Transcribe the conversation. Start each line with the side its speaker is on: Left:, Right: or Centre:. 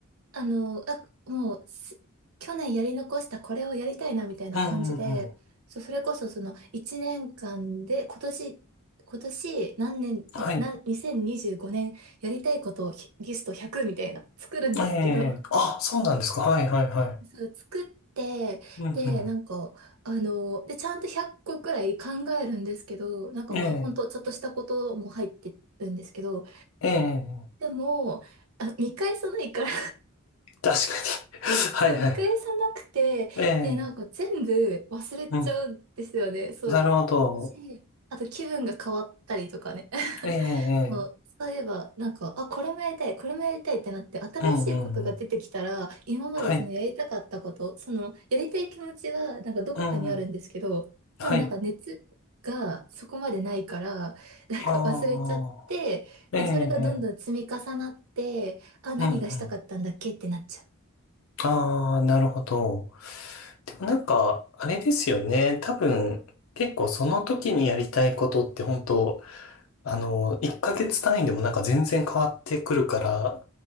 Right: あの、あ、もうす、去年やり残したこれをやりたいなみたいな感じで、
Left: うん、うん、うん。
Right: そう、それこそその1年間で今年、今年何年、
Left: はい。
Right: あ何、2025年やりたいことをひリスト100みたいな作るんですけど、
Left: ええ。あ、そうなんですか。はい、はい、はい。
Right: <laughs> そう、作って、
Left: うん、うん。
Right: で、なんか、あの、で、ちゃんと100個くらい考えるんですけど、なんかまあ、
Left: ええ。
Right: ほんとちょっとしたことも入ってるんですけど、
Left: ええ、
Right: でも、あ、見返さないから
Left: 確かに。<laughs> はいはい。
Right: そう、見返さなくて、
Left: ええ、
Right: で、なんか全部忘れちゃうんですよね。
Left: うん。
Right: そう。
Left: なるほど。
Right: 私、あと気分が変わったりとかね。<laughs>
Left: ええ、
Right: そう、
Left: ええ
Right: そういえば、なんか、あ、これもやりたい、これもやりたいってなって、新しいことが出てきたら、
Left: うんうんうん。
Right: 今までそのやりたかったこと、
Left: はい。
Right: その、やりたい気持ちは、なんかどこかにあるんですけど、
Left: うんうん。はい。
Right: まあなんか熱がそこまでないから、なんか忘れちゃって、
Left: ああ。ええ、
Right: で、
Left: ええ
Right: それがどんどん積み重なって、あ、何がしたかったんだっけってなっちゃう。
Left: うんうん。ああ、なるほど。でもなんか、あれですよね。多分、結構その時にやりたいことって本当、あの、1ヶ月単位でもなんか全然変わってくるから、